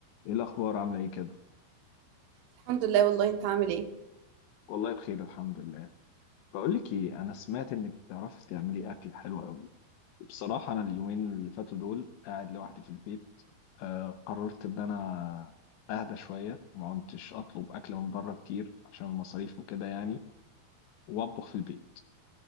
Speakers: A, on the left; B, on the right.
A: ايه الاخبار عامله ايه كده
B: الحمد لله والله انت عامل ايه
A: والله بخير الحمد لله بقول لك ايه انا سمعت انك بتعرفي تعملي اكل حلو قوي بصراحه انا اليومين اللي فاتوا دول قاعد لوحدي في البيت آه قررت ان انا اهدى شويه ما كنتش اطلب اكل من بره كتير عشان المصاريف وكده يعني واطبخ في البيت